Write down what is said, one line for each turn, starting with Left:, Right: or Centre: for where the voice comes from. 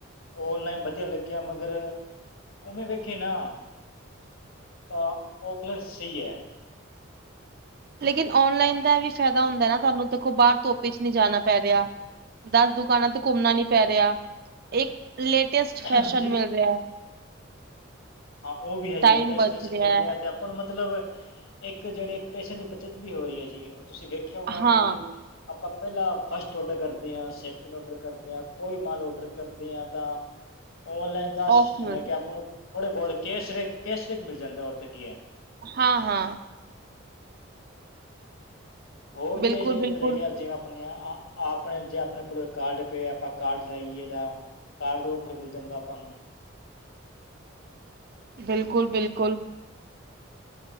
Left: ੳਨਲਾਈਨ ਹੀ ਵਧੀਆ ਲੱਗਿਆ। ਮਗਰ ਉਵੇਂ ਵੇਖੇ ਨਾ, ਤਾਂ ਔਫਲਾਈਨ ਸਹੀ ਹੈ।
Right: ਲੇਕਿਨ ਔਨਲਾਈਨ ਦਾ ਵੀ ਫਾਇਦਾ ਹੁੰਦਾ ਨਾ ਤੁਹਾਨੂੰ ਦੇਖੋ ਬਾਹਰ ਧੁੱਪ ਵਿੱਚ ਨਹੀਂ ਜਾਣਾ ਪੈ ਰਿਹਾ ਹੈ। ਦਸ ਦੁਕਾਨਾਂ ਤੇ ਘੁੰਮਣਾ ਨੀ ਪੈ ਰਿਹਾ ਹੈ। ਇੱਕ ਲੇਟੈਸਟ ਫੈਸ਼ਨ
Left: ਹਾਂਜੀ
Right: ਮਿਲ ਰਿਹਾ ਹੈ।
Left: ਹਾਂ ਉਹ ਵੀ ਹੈ।
Right: ਟਾਈਮ
Left: ਜੀ ਲੇਟੈਸਟ
Right: ਬਚ
Left: ਫੈਸ਼ਨ ਮਿਲ
Right: ਹੈ,
Left: ਰਿਹਾ ਤੇ। ਆਪਾਂ ਨੂੰ ਮਤਲਬ ਇੱਕ ਜਿਹੜੇ ਪੈਸਿਆਂ ਦੀ ਬੱਚਤ ਵੀ ਹੋ ਰਹੀ ਹੈ। ਜੀ ਉਹ ਤੁਸੀਂ ਵੇਖਿਆ। ਹੋਣਾ
Right: ਹਾਂ
Left: ਕਿ ਆਪਾਂ ਪਹਿਲਾਂ ਫਸਟ ਔਡਰ ਕਰਦੇ ਹਾਂ। ਸੈਕਿੰਡ ਔਡਰ ਕਰਦੇ ਹਾਂ। ਕੋਈ ਮਾਲ ਔਡਰ ਕਰਦੇ ਹਾਂ ਤਾਂ। ਔਨਲਾਈਨ ਦਾ ਸਿਸਟਮ
Right: ਔਫ ਮਿਲਦਾ
Left: ਹੈ। ਕਿ ਆਪਾਂ ਨੂੰ ਥੋੜ੍ਹੇ ਬਹੁਤ ਕੈਸ਼ ਵੈ ਕੈਸ਼ਬੈਕ ਮਿਲ ਜਾਂਦਾ ਹੈ। ਔਰ ਤਾਂ ਕੀ ਹੈ।
Right: ਹਾਂ- ਹਾਂ।
Left: ਹੋਰ
Right: ਬਿਲਕੁਲ
Left: ਵੀ ਇਹ ਜਿਹੇ ਹੈ।
Right: ਬਿਲਕੁਲ
Left: ਅੰਦਰ ਹੈਗੇ ਜਿਵੇਂ ਆਪਣੀਆਂ ਹਾਂ, ਜੇ ਆਪਣੇ ਕੋਲ ਕਾਰਡ ਪਈਆ ਆਪਾਂ ਕਾਰਡ ਲਾਈਏ ਤਾਂ ਕਾਰਡ ਦੇ ਔਫਰ ਮਿਲ ਜਾਂਦਾ ਆਪਾਂ ਨੂੰ।
Right: ਬਿਲਕੁਲ- ਬਿਲਕੁਲ।